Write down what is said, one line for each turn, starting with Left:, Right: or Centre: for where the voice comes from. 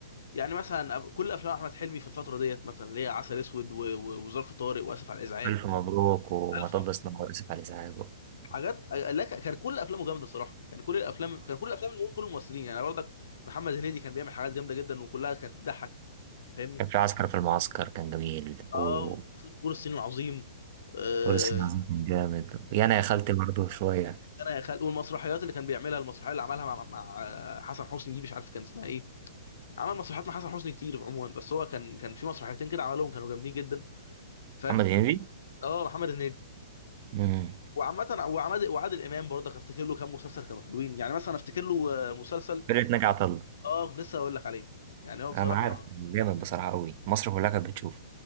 Left: يعني مثلا أب- كل افلام احمد حلمي في الفتره ديت مثلا اللي هي عسل اسود و- و- وظرف طارق واسف على الازعاج
Right: ألف مبروك ومطب
Left: الف مبروك
Right: صناعي وآسف على الإزعاج
Left: حاجات لا ك- كان كل افلامه جامده الصراحه كان كل الافلام كان كل الافلام المو- كل الممثلين يعني برضك محمد هنيدي كان بيعمل حاجات جامده جدا وكلها كانت تضحك فاهمني
Right: كان في عسكر في المعسكر كان جميل وفارس
Left: اه فول الصين العظيم آه،
Right: العظيم كان جامد يعني يا خالتي برضه شوية
Left: انا يا خال والمسرحيات اللي كان بيعملها المسرحيه اللي عملها مع مع حسن حسني دي مش عارف كان اسمها ايه عمل مسرحيات مع حسن حسني كتير عموما بس هو كان كان في مسرحيتين كده عملهم كانوا جامدين جدا فاهم
Right: محمد هنيدي
Left: اه محمد هنيدي
Right: امم
Left: وعامة وعماد وعادل امام برضه افتكر له كام مسلسل كانوا حلوين يعني مثلا افتكر له آه، مسلسل
Right: فرقة ناجي عطا الله
Left: اه لسه هقول لك عليه يعني هو بصراحة
Right: أنا عارف جامد بصراحة أوي مصر كلها كانت بتشوفه